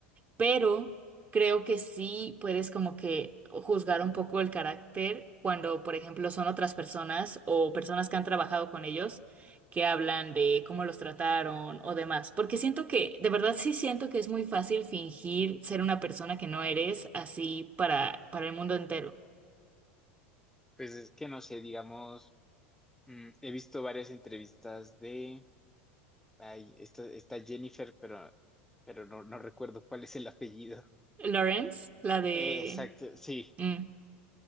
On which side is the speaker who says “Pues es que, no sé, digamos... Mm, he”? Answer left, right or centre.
Centre